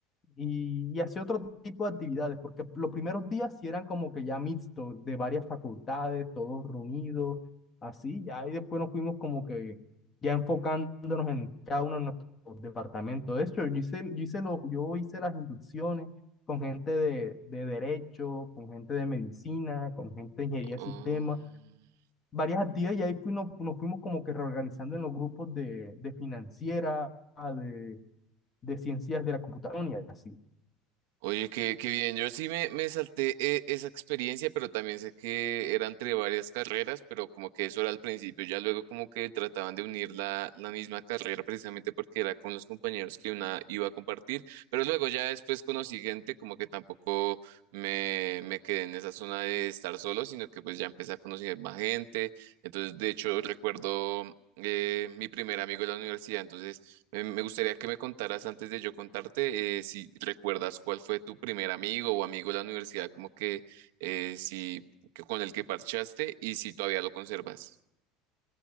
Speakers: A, on the left (about 20°); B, on the right (about 85°).
A: y, y hacía otro tipo de actividades, porque los primeros días sí eran como que ya mixto, de varias facultades, todos reunidos, así, ya, y después nos fuimos como que ya enfocándonos en cada uno de nuestros departamentos. De hecho, yo hice, yo hice, lo- yo hice las inducciones con gente de, de derecho, con gente de medicina, con gente de ingeniería
B: Um,
A: de sistemas, varias actividades, y ahí fuimos nos fuimos como que reorganizando en los grupos de, de financiera, de, de ciencias de la computación y así.
B: Oye, qué, qué bien. Yo sí me, me salté eh, esa experiencia, pero también sé que era entre varias carreras, pero como que eso era al principio. Ya luego como que trataban de unir la, la misma carrera precisamente porque era con los compañeros que una iba a compartir. Pero luego ya después conocí gente como que tampoco me, me quedé en esa zona de estar solo, sino que pues ya empecé a conocer más gente. Entonces, de hecho, recuerdo... eh, mi primer amigo de la universidad, entonces eh, Me gustaría que me contaras antes de yo contarte eh, si recuerdas cuál fue tu primer amigo o amigo de la universidad, como que eh, si que con el que parchaste y si todavía lo conservas.